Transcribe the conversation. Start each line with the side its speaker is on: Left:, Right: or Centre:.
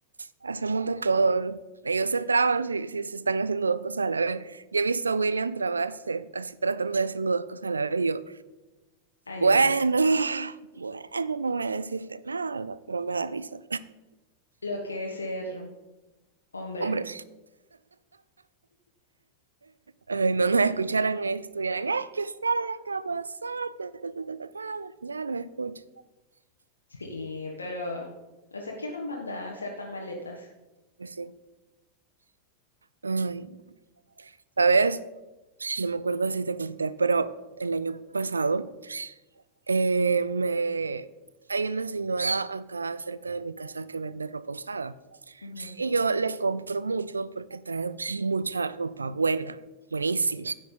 Right: hacemos de todo. Ellos se traban si, si se están haciendo dos cosas a la vez. Yo he visto a William trabarse, así tratando de haciendo dos cosas a la vez. Y yo,
Left: ay
Right: bueno,
Left: Dios mío,
Right: bueno, no voy a decirte nada, ¿verdad? Pero me da risa.
Left: lo que es ser. Hombre,
Right: Hombre. ay, no nos escucharan y estuvieran, es que ustedes como son, ta, ta, ta, ta, ta, ta". ya los escucho.
Left: sí, pero, o sea, ¿quién los manda a hacer tan maletas?
Right: Pues sí. Ay, ¿sabes? No me acuerdo si te conté, pero el año pasado eh, me... hay una señora acá cerca de mi casa que vende ropa usada
Left: Ujú,
Right: y yo le compro mucho porque trae mucha ropa buena, buenísima.